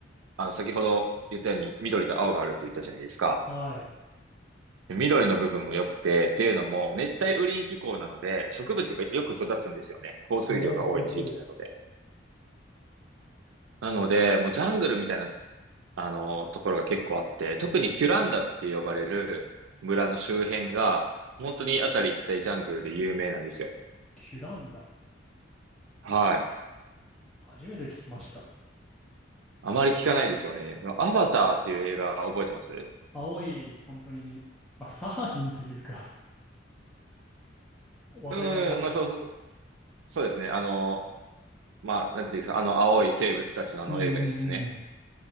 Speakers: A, on the right (about 80°); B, in the centre.
A: あの、先ほど言ったように緑と青があるって言ったじゃないですか。
B: はい。
A: 緑の部分も良くて、っていうのも熱帯雨林気候なので植物がよく育つんですよね。降水量が多い地域なので。
B: ほうほうほう。
A: なので、もうジャングルみたいな、あの、ところが結構あって、特にキュランダって呼ばれる村の周辺が、本当にあたり一帯ジャングルで有名なんですよ。
B: キュランダ。
A: はい。
B: 初めて聞きました。
A: あまり聞かないですよね。アバターっていう映画覚えてます
B: 青い、本当に、まあ、サハギンというか <laughs> わかります。
A: うん、
B: あ
A: まあそうそう、そうですね。あの、まあ、なんていうんですか、あの青い生物たちのあの映画ですね。
B: うんうんうん。